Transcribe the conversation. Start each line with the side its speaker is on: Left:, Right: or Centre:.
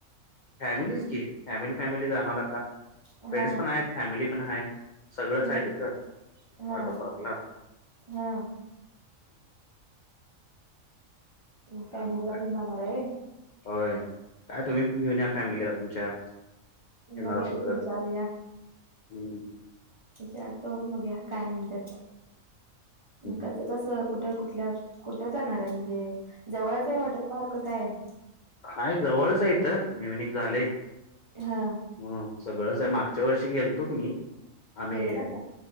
Left: फॅमिलीच की फॅमिली फॅमिली जाणार आता फ्रेंड्स
Right: हा
Left: पण आहेत फॅमिली पण आहेत. सगळंच
Right: हा
Left: आहे तिथं
Right: हा
Left: वॉटर पार्कला
Right: हा मग फॅमिलीला
Left: त्यामुळे काय
Right: घेऊन जाणार आहे होय.
Left: होय काय तुम्ही पण घेऊन या फॅमिलीला तुमच्या येणार
Right: बघूया
Left: असल
Right: की
Left: तर
Right: विचारूया
Left: हं
Right: विचारतो बघुया काय म्हणतात. कसं
Left: हम्म.
Right: कस कुठ कुठल्या कुठ जाणार आहे म्हणजे जवळच आहे वॉटर पार्क काय
Left: आहे जवळच आहे इथं नवीन एक झालय.
Right: हा
Left: ह सगळंच आहे मागच्या वर्षी गेलतो मी आम्ही
Right: गेलेला का